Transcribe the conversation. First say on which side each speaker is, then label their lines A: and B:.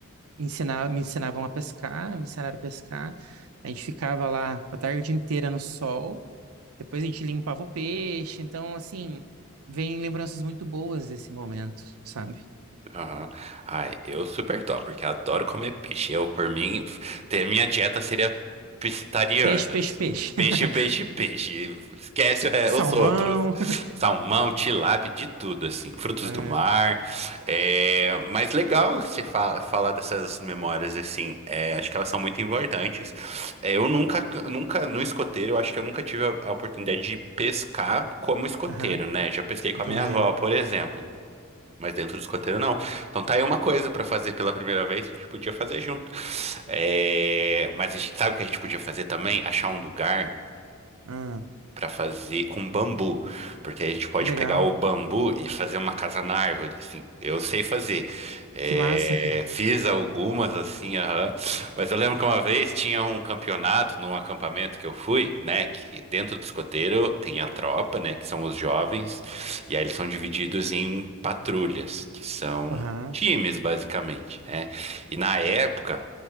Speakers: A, on the right; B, on the right.
A: ensinar, me ensinavam a pescar, me ensinaram a pescar. A gente ficava lá a tarde inteira no sol. Depois a gente limpava o peixe. Então, assim, vem lembranças muito boas desse momento, sabe?
B: Aham. Ai, eu super top, porque adoro comer peixe. Eu, por mim, ter minha dieta seria pescetariana,
A: Peixe, peixe,
B: assim,
A: peixe.
B: peixe,
A: <laughs>
B: peixe, peixe. Esquece o re-
A: Salmão.
B: os outros. Salmão, tilápia, de tudo, assim, frutos
A: É.
B: do mar. É, mas legal você fa falar dessas memórias, assim, é, acho que elas são muito importantes. É, eu nunca, nunca, no escoteiro, eu acho que eu nunca tive a a oportunidade de pescar como escoteiro,
A: Aham,
B: né? Já pesquei com
A: entendi.
B: a minha avó, por exemplo. Mas dentro do escoteiro, não. Então tá aí uma coisa pra fazer pela primeira vez, a gente podia fazer junto. É, Mas a gente sabe o que a gente podia fazer também? Achar um lugar
A: Ah,
B: Pra fazer com bambu, porque aí a gente pode
A: que legal.
B: pegar o bambu e fazer uma casa na árvore, assim. Eu sei fazer. É,
A: Que massa. <laughs>
B: fiz algumas assim, aham. Mas eu lembro que uma vez tinha um campeonato num acampamento que eu fui, né? Que dentro do escoteiro tem a tropa, né? Que são os jovens, e aí eles são divididos em patrulhas, que são
A: Aham,
B: times, basicamente, né? E na época.